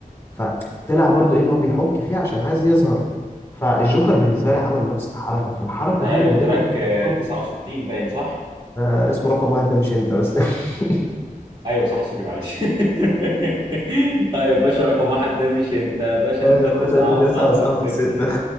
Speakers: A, on the left; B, on the right.
A: فطلع برضو ايه اللي هو بيحك فيه عشان عايز يظهر فالجوكر بالنسبه
B: مم.
A: لي عمل نفس الحركه فالحركه
B: ده
A: دي
B: أيوه
A: من
B: التراك
A: ضمن الحركات
B: آه، 69 باين صح؟
A: آه اسمه رقم واحد ده مش انت بس <laughs>
B: أيوه صح سوري معلش <laughs> أيوه باشا رقم واحد ده مش أنت باشا
A: ايوه
B: أنت تسعة
A: بس انت تسعة
B: وصاحبك
A: وصاحبك
B: ستة
A: ستة